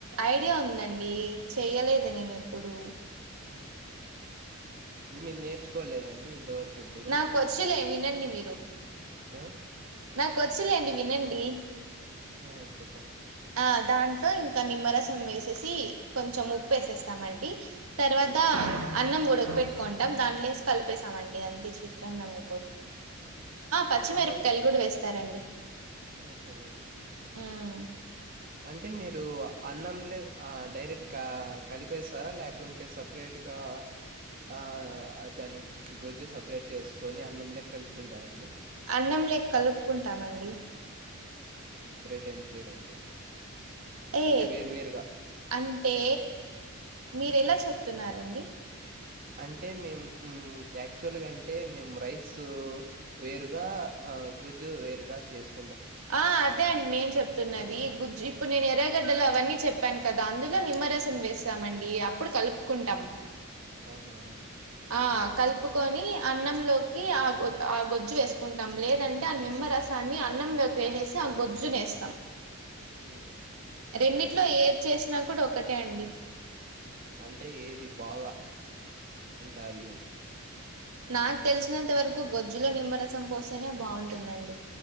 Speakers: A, on the right; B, on the right.
A: ఐడియా ఉందండి. చెయలేదు నేను ఎప్పుడు
B: ఆ ఇన్ని నేర్చుకోలేదండి. ఇంతవరకు ఎప్పుడు?
A: నా వంచులే వినన్ <unintelligible> మీరు
B: ఆ
A: నాక వచ్చులేండి వినండి.
B: ఆ చెప్పన్
A: ఆ దాంట్లో ఇంక నిమ్మరసం వేసేసి, కొంచెం ఉప్పు వేసేస్తామండి. తర్వాత
B: ఆ!
A: అన్నం ఉడుకు పెట్టుకుంటాం దాంట్లే కలిపేసా మండి అంతే చిత్రాన్నాం ఏ
B: ఆ!
A: పచ్చిమిరపికాయలు
B: ఆహా!
A: కూడా వేస్తారండి.
B: ఆహా!
A: హ్మ్
B: అంటే మీరు అన్నంలే డైరెక్ట్గా కలిపేస్తారా లేకుంటే సపరేట్గా ఆ దాని గొజ్జు సపరేట్ చేసుకొని అన్నంలే కలుపుకుంటారండి.
A: అన్నం లే కలుపుకుంటామండి.
B: ఇంట్లో ఏమ్ చేయరండి.
A: ఏ
B: అంటే వేరు వేరుగా.
A: అంటే మీరు
B: హ్మ్.
A: ఎలా చెప్తున్నారండి.
B: అంటే మేము యాక్చువల్గా అంటే మేము రైస్ వేరుగా ఆ గుజ్జు వేరుగా చేసుకు
A: ఆ అదే నేం చెప్తున్నది
B: ఆ!
A: గుజ్జు ఇప్పుడు నేను ఎర్రగడ్డలు అవన్నీ చెప్పాను కదా అందు లో నిమ్మరసం
B: ఆ!
A: వేసామం యి అ ప్పుడు కల్పుకుంటాం
B: ఆ! ఆహా!
A: ఆ కల్పుకొని అన్నంలోకి ఆ గొ ఆ గొజ్జు వేసుకుంటాం. లేదంటే ఆ నిమ్మరసాన్ని అన్నంలోకి వేసేసి ఆ గొజ్జునేస్తాం.
B: హ్మ్
A: రెండిట్లో ఏది చేసినా కూడా ఒకటే అండి.
B: హ్మ్ హు అంటే ఏది బాగా ఉంటాది అని!
A: నాకు తెలిసినంత వరకు గొజ్జులో నిమ్మరసం పోస్తేనే బాగుంటుందండి.